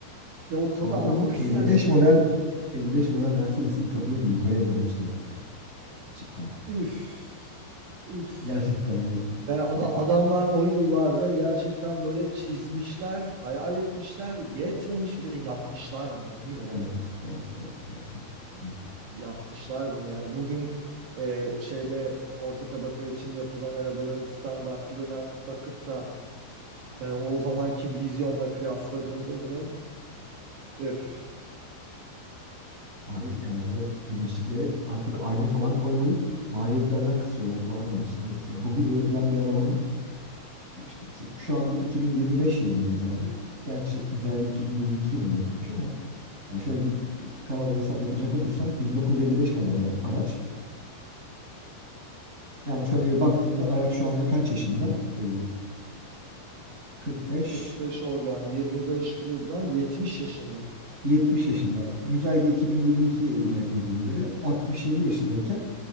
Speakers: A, on the right; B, on the right.
A: Ya o tadı
B: Bu arada
A: almak
B: bu
A: istersin
B: 55 model
A: yani.
B: 55 model Mercedes'in kapıları yukarıya doğru açılıyor abi. Gerçekten.
A: Üf. Üf.
B: Gerçekten yani.
A: Yani ada-
B: Evet,
A: adamlar o yıllarda gerçekten böyle çizmişler, hayal etmişler, yetmemiş bir de yapmışlar bunu değil mi
B: evet,
A: ya?
B: evet, evet, evet. abi. Evet.
A: Yapmışlar bunu yani. Bugün e, şeyde orta tabaka için yapılan arabaların standartlığına bakıp da yani o zamanki vizyonla kıyasladığında bunu öf,
B: Abi yani o güneşliklere artık ayna falan koymayıp maliyetlerden kısıyorlar falan yani. Şimdi mesela bugün üretilen bir arabanın İşte mesela şu anda 2025 yılındayız abi. Gerçi müzayede 2022 yılında yapılmış ama yani şöyle bir kaba bir hesap yapacak olursam 1955 model ara- araç. Yani şöyle bir baktığında araç şu anda kaç yaşında? Ee, 45
A: 45 oradan, 25 buradan, 70 yaşında.
B: 70 yaşında. Müzayede 2022 yılında yapıldığına göre 67 yaşındayken